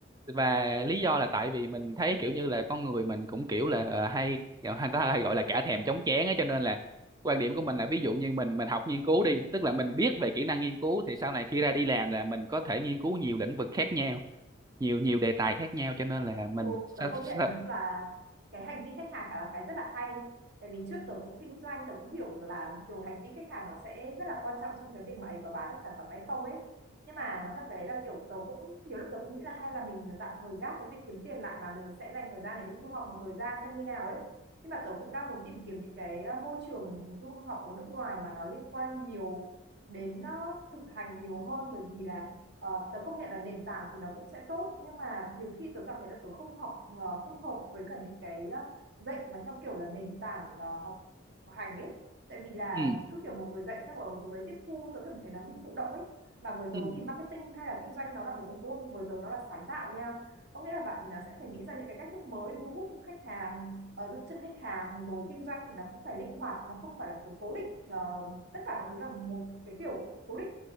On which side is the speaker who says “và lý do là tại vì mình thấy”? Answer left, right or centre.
Right